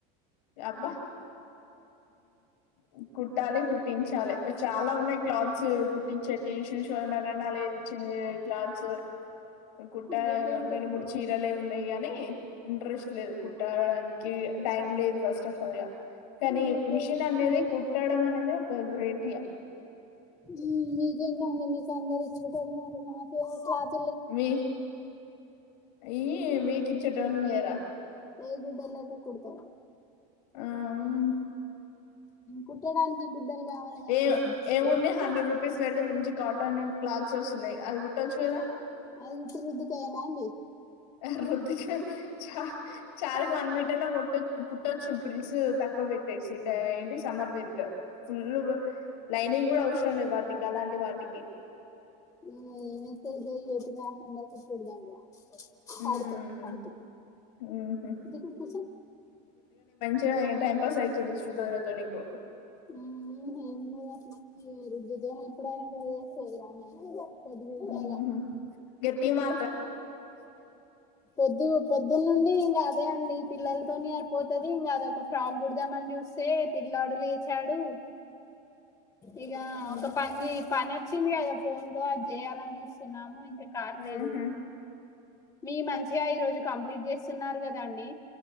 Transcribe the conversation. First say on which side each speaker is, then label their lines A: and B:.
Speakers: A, on the left; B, on the left.
A: అబ్బా ఉ కుట్టాలి కుట్టించలే చాలా ఉన్నాయి క్లాత్స్ కుట్టిచేటి షూ ఓనర్ ఏ నాలుగు ఐదు ఇచ్చింది క్లాత్స్ కుట్ట
B: మీకేంటండి
A: ఏ రెండు మూడు చీరలే ఉన్నాయి కానీ ఇంట్రెస్ట్ లేదు కుట్టడానికి టైం లేదు ఫస్ట్ ఆఫ్ ఆల్ గా కానీ
B: మీకేం
A: మిషన్
B: మీకు
A: అనేది కుట్టాడం అనేది ఒక గ్రేట్య
B: ఉ మీకేంటండి మీకు అందరు ఇచ్చట్లోలు ఉన్నారు మాకు అసలు అత్
A: మీ ఈ మీకు ఇచ్చటోళ్లు లేరా
B: ఏ గుడ్డలులెక కుడుతవ
A: ఆ ఆహ్
B: కుట్టడానికి గుడ్డలు కావాలి కదండి
A: ఏ
B: దుస్తులు
A: ఏముంది హండ్రెడ్ రూపీస్ పెడితే మంచి కాట్ టని క్లాత్స్ వస్తున్నాయి అవి కుట్టచ్చు కదా
B: అది ఉత్తి రుద్దుతేన అండి
A: హా రుద్దికి చా చారిట్ వన్ మీటర్ లో కుట్ట కుట్టొచ్చు పిల్స్ తక్క్ క్కువ పెట్టేసి ఏంటి సమ్మర్ వేర్ గా ఫుల్ లైనింగ్ కూడా అవసరం లే వాటికి అలాంటి వాటికి
B: ఉ ఏం అయితయ్యి గావి ఎటు కాకుండా కుట్టుడు దండుగ
A: మ్మ్
B: ఆడుకో ఆడుతూ
A: మ్మ్హ్
B: ఇటువైపు కూర్చో
A: చాలే టైం పాస్ అయితుంది శృతజ్ఞతో నీకు
B: ఉహ్ ఏదో అట్లా ఈ రుద్దుతోని ఎప్పుడూ అయినా గదే సోది రామాయణం పొద్దుగుకాల
A: ఉహు గట్టిగా మా
B: పొద్దు పొద్దునుండి ఇంగ అదే అండి పిల్లలతోని సరిపోతాది ఇంగ అదొక ఫ్రాక్ కుడదామని చూస్తే పిల్లాడు లేచాడు ఇగ
A: మ్మ్
B: ఒక పంచేయ్ పనే వచ్చింది కదా ఫోన్ లో అది చేయాలని ఇస్తున్నాము ఇంకా కావట్లేదు
A: ఆహా
B: మీ మంచిగా ఈ రోజు కంప్లీట్ చేస్తున్నారు కదాండి